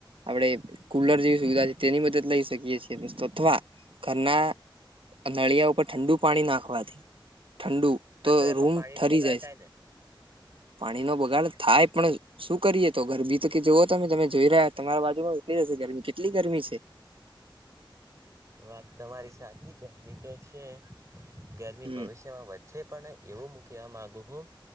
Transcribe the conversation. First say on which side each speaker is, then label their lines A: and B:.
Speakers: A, on the right (about 85°); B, on the right (about 35°).
A: આપડણે કુલર જેવી સુવિધા છે તેની મદદ લઈ શકીએ છીએ અથવા ઘરના નળિયા ઉપર ઠંડુ પાણી નાખવાથી ઠંડુ
B: હા
A: તો
B: એમાં
A: રૂમ
B: પાણીનો
A: ઠરી
B: બગાડ
A: જાય
B: થાય
A: છે
B: ને
A: પાણી નો બગાડ થાય પણ. શું કરીએ તો ગરમી તો કે જોવો તમે તમે જોઈ રહ્યા તમારા બાજુમાં એટલી જ હશે ગરમી કેટલી ગરમી છે?
B: વાત તમારી સાચી ગરમી તો છે. ગરમી
A: હમ
B: ભવિષ્યમાં વધશે પણ એવું મૂ કવા મામાંગુ હું?